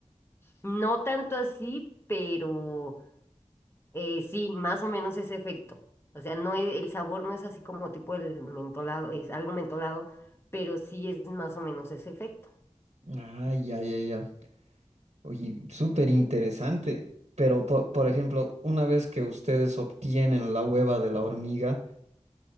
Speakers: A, on the left (about 20°); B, on the right (about 60°).
A: No tanto así, pero eh, sí, más o menos ese efecto. O sea, no e- el sabor no es así como tipo el mentolado, es algo mentolado, pero sí es más o menos ese efecto.
B: Ah, ya, ya, ya. Oye, súper interesante. Pero, po- por ejemplo, una vez que ustedes obtienen la hueva de la hormiga,